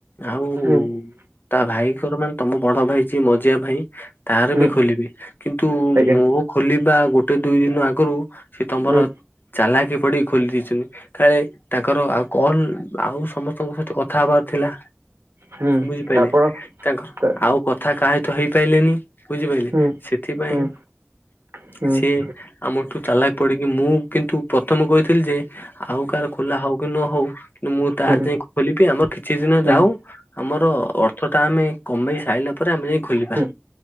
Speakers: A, on the left (about 50°); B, on the right (about 80°).
A: ଆଉ
B: ହୁଁ
A: ତା ଭାଇଙ୍କର ମାନେ ତମ ବଡ଼ ଭାଇଯିଏ ମଝିଆ ଭାଇ ତାର
B: ହୁଁ
A: ବି ଖୋଲିବି କିନ୍ତୁ
B: ଆଜ୍ଞା
A: ମୁଁ ଖୋଲିବି ଆଗୁ ଗୋଟେ ଦୁଇ ଦିନ ଆଗରୁ ସେ ତମର
B: ହୁଁ
A: ଚାଲାଖୀ ପଡ଼ିି ଖୋଲି ଦେଇଛନ୍ତି କାଳେ ତାଙ୍କର ଆଉ କଲ ଆଉ ସମସ୍ତଙ୍କ ସହିତ କଥା ହବାର ଥିଲା।
B: ହୁଁ
A: ବୁଝିପାରିଲେ
B: ଆପଣ
A: ତାଙ୍କର
B: ହୁଁ
A: ଆଉ କଥା କାହାସହିତ ହେଇପାରିଲେନି। ବୁଝିପାରିଲି
B: ହୁଁ
A: ସେଥିପାଇଁ
B: ହୁଁ ହୁଁ ହୁଁ
A: <inaudible> ସିଏ ଆମଠୁ ଚାଲଖ୍ ପଡ଼ିକି ମୁଁ କିନ୍ତୁ ପ୍ରଥମେ କହିଥିଲି ଯେ ଆଉ କାହାର ଖୋଲା ହଉ କି ନ ହଉ ମୁଁ ତାର
B: ହୁଁ
A: ଯାଇ ଖୋଲିବି ଆମର କିଛି ଦିନ
B: ହୁଁ
A: ଯାଉ ଆମର ଅର୍ଥତା ଆମେ କମେଇ ସାରିଲା ପରେ ଆମେ ଯାଇ ଖୋଲିବା।
B: ହୁଁ